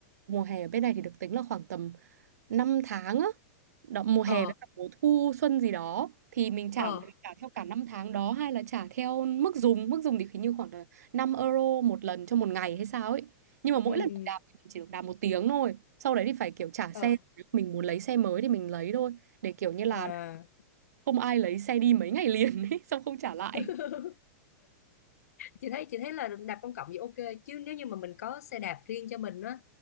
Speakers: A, on the right (about 75°); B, on the left (about 70°).
A: mùa hè ở bên này thì được tính là khoảng tầm 5 tháng á. Đó, mùa hè
B: ờ
A: với cả mùa thu xuân gì đó thì mình trả
B: ờ
A: mà mình trả theo cả năm tháng đó hay là trả theo mức dùng, mức dùng thì hình như khoảng là 5 euro một lần cho một ngày hay sao ấy. Nhưng mà mỗi
B: ừ
A: lần
B: ừ
A: mình đạp thì mình chỉ được đạp một tiếng thôi. Sau đấy thì phải kiểu trả
B: ờ
A: xe, Nếu mình muốn lấy xe mới thì mình lấy thôi để kiểu như là
B: à
A: không ai lấy xe đi mấy ngày liền ấy <laughs> xong không trả lại
B: <laughs> chị thấy chị thấy là đạp công cộng thì ok chứ nếu như mà mình có xe đạp riêng cho mình á